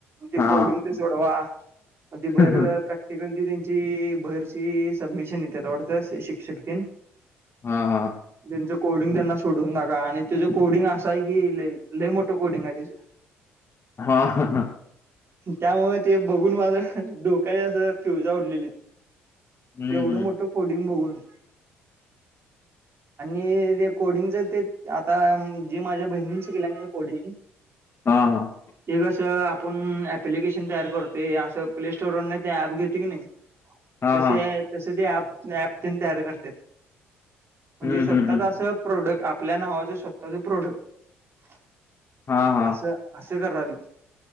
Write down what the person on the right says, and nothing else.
ते
कोडिंग सोडवा म ते भैर
प्रॅ तिकल त्यांची भरची सबमिशन येत्यातवाडत सगळी शिक्षक तेन
त्यांचं कोडिंग त्यांना सोडून टाका आणि त्याचं कोडिंग असं आहे की लई मोठं कोडिंग आहे. त्या <inaudible>
त्यामुळे ते बघून माझा डोका्या अस प्यवजा उडलेली.
एवढं
मोठं कोडिंग बघून. आणि ते कोडिंगच ते आता जे माझ्या बहिणीन शिकल्यान कोडिंग- <inaudible>
ते कसं आपण ऍप्लिकेशन तयार करते, असं प्ले स्टोरवरर नाही ते ऍप घेते की नाही,
तसे
तसे तेप ऍप तयार करत्यात. म्हणजे
स्वतःच
असं प्रोडक्ट आपल्या नावाचं स्वतःच प्रोडक्ट
असं असं करावी